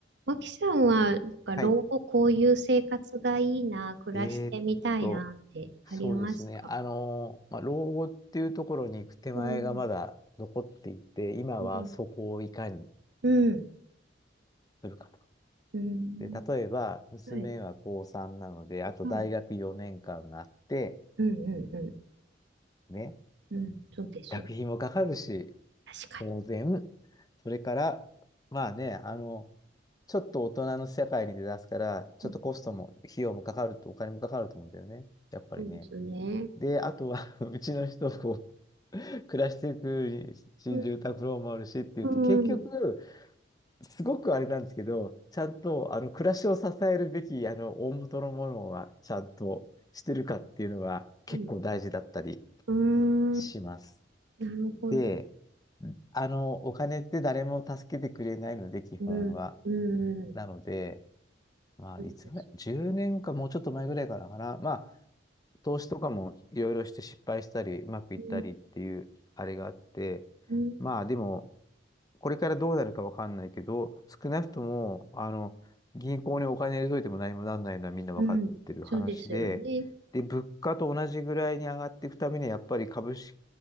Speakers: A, on the right; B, on the left.
A: 脇さんは、なんか老後こういう生活がいいな、
B: はい。
A: 暮らしてみたいなってありますか
B: えーっと、そうですね。あのー、まあ、老後っていうところに行く手前がまだ残っていて、
A: うん、
B: 今はそこをいかに
A: うん、うん、
B: するかと。
A: うん、
B: で、例えば、娘は高3なので、
A: はい、
B: あと大学4年間があって、
A: はい。うん、うん、う
B: ね、
A: ん、うん、そうですよ。
B: 学費もかかるし、
A: 確か
B: 当然、それから、まあね、あの、ちょっと大人の世界に出だすから、ちょっとコストも、
A: に。うん
B: 費用もかかると、お金もかかると思うんだよね。やっぱりね。
A: そうですね。
B: で、あとは <laughs> うちの人こう <laughs> 暮らしていく新住宅ローンもあるしっていうと、
A: うん、うん、
B: 結局、すごくあれなんですけど、ちゃんとあの暮らしを支えるべきあの大元のものはちゃんとしてるかっていうのが結構大事だったり
A: うん、うん
B: します。
A: なるほど。
B: で、あの、お金って誰も助けてくれないので、基本は。
A: うん、うん、うん
B: なので、まあ、
A: そうです。
B: いつぐらい ?10 年かもうちょっと前ぐらいからかな。ま投資とかもいろいろして失敗したり、うまくいったりっていうあれがあって、
A: うん、うん、
B: まあでも、これからどうなるかわかんないけど、少なくとも、あの、銀行にお金入れといても何もなんないのはみんなわかってる話で、
A: うんそうですよね。
B: で、物価と同じぐらいに上がっていくためには、やっぱり株式